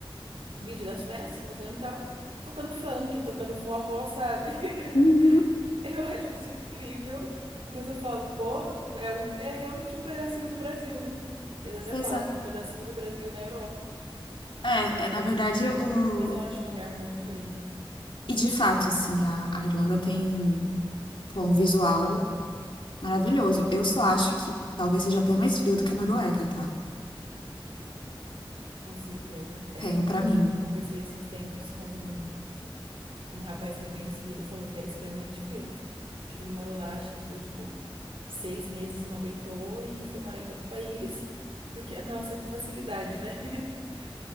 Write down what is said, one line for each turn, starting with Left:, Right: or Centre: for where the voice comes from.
Right: vídeo das festas, mostrando e tal, tocando funk, tocando forró, sabe? <laughs>
Left: Uhum,
Right: Eu acho isso incrível, mas eu falo, pô, é, um, é realmente um pedacinho do Brasil, né? Eles até
Left: exato.
Right: falam que é um pedacinho do Brasil na Europa.
Left: É, é, na verdade, o...
Right: Mas eu acho um lugar muito lindo,
Left: E de fato, assim, a, a Irlanda tem pô, um visual maravilhoso. Eu só acho que talvez seja até mais frio do que a Noruega, tá?
Right: com certeza. É,
Left: Tenho pra
Right: eu
Left: mim.
Right: conversei esses tempos com um, um rapaz que eu conheci e ele falou que era extremamente frio. Que ele morou lá, acho que por, tipo, seis meses e não aguentou e foi morar em outro país. <laughs> Porque, nossa, que facilidade, né? <laughs>